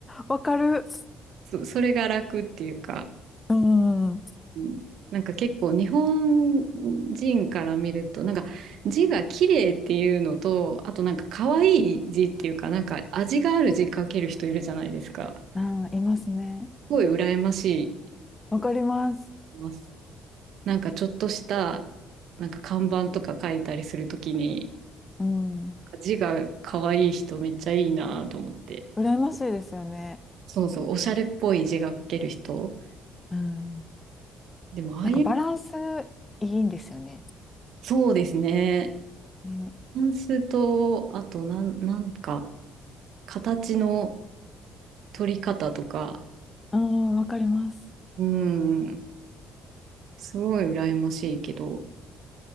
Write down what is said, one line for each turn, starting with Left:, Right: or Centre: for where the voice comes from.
Left: わかる。
Right: <laughs> そ、それが楽っていうか、
Left: うん。
Right: うんなんか結構日本人から見ると、なんか字が綺麗っていうのと、あとなんか可愛い字っていうか、なんか味がある字書ける人いるじゃないですか。す
Left: あー、いますね。
Right: ごい羨まし
Left: わかります。
Right: い。なんかちょっとした、なんか看板とか書いたりするときに、
Left: うん。
Right: 字が可愛い人めっちゃいいなと思って。
Left: 羨ましいですよね。
Right: そうそう、おしゃれっぽい字が書ける人。
Left: うん。
Right: でも、ああいう、
Left: なんかバランスいいんですよね。
Right: そうですね。
Left: ね。
Right: タンスと、あと、なん、なんか、形の取り方とか、
Left: うん、わかります。
Right: うん、すごい羨ましいけど、